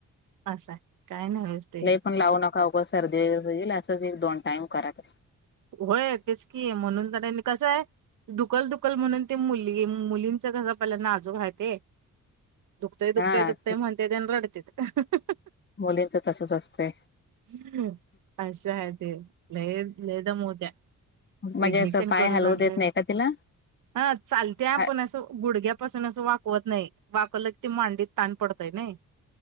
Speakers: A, on the right; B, on the left.
A: असं आहे. काय नव्हेच ते हे
B: लई पण लावू नका. का उगच सर्दी वगैरे होईल असच एक दोन टाइम करत अस.
A: होय तेच कि म्हणून ज कसाय दुकल दुकल म्हणून ते मुलगी मुलींच कस पहिला नाजूक हाय ते. दुखतय दुखतय
B: हा
A: दुखतय म्हणत्यात आणि रडत्यात.
B: मुलींचं तसच असतंय
A: हम अशा आहे ते ल लई दमवत्या.
B: म्हणजे
A: इंजेक्शन
B: असं पाय
A: करून
B: हलवू
A: आणलय.
B: देत नाही का तिला?
A: हा चालत्या
B: हा
A: पण असं गुडघ्यापासून असं वाकवत नाही. वाकवल की ते मांडीत ताण पडतय नाही.